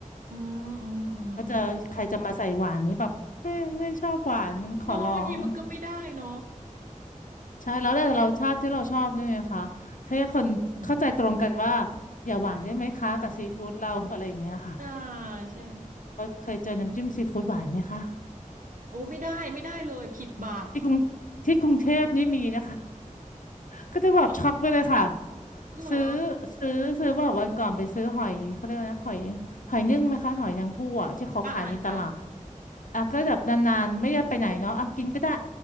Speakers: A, on the right; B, on the left.
A: อืมอืมอืม
B: ก็จะใครจะมาใส่หวานนี้แบบไม่ไม่ชอบหวานขอร้อง
A: เน้องบางทีมันก็ไม่ได้เนาะ
B: ใช่แล้วแต่เราชาติที่เราชอบด้วยไหมคะถ้าคนเข้าใจตรงกันว่า
A: อืม
B: อย่าหวานได้ไหมคะกับซีฟู้ดเราอะไรอย่างเงี้ยค่ะ
A: อ่าใช่
B: ก็เคยเจอน้ำจิ้มซีฟู้ดหวานไหมคะ
A: โอ้ไม่ได้ไม่ได้เลยผิดบาป
B: ที่กรุงที่กรุงเทพนี่มีนะคะก็จะแบบช็อกไปเลยค่ะ
A: นี่เหรอเหรอ
B: ซื้อซื้อซื้อแบบวันก่อนไปซื้อหอยเขาเรียกอะไรนะหอยหอยนึ่งไหมคะหอยนางผู้อะที่เขาขายในตลาด
A: อ่าอ่าค่ะค่ะ
B: อ่ะก็แบบนานๆไม่ได้ไปไหนเนาะอ่ะกินก็ได้